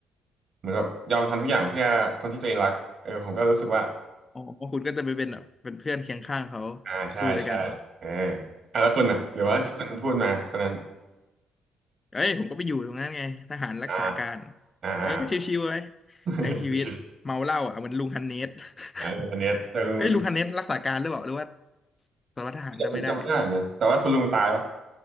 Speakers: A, on the right; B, on the left.
A: เหมือนแบบยอมทำทุกอย่างเพื่อคนที่ตัวเองรักเออผมก็รู้สึกว่า
B: อ๋อคุณก็จะไปเป็นแบบเป็นเพื่อนเคียงข้างเขา
A: อ่าใช่ใช่เออ
B: สู้ด้วยกัน
A: อ่ะแล้วคุณน่ะหรือว่าที่คุณพูดมาคนนั้น
B: อืมเอ้ยผมก็ไปอยู่ตรงนั้นไงทหารรักษาการ
A: อ่าอ่าอ่า
B: เออก็ชิวๆไว้
A: <laughs>
B: ใช้ชีวิตเมาเหล้าอ่ะเหมือนลุงฮันเนส
A: ชื่ออ่าลุงธเนศแต่ลุง
B: <laughs> เอ้ยลุงฮันเนสรักษาการหรือเปล่าหรือว่าสารวัตรทหารจำไม่ได้
A: จำจำไม่ได้เหมือนกันแต่ว่าคุณลุงตายปะ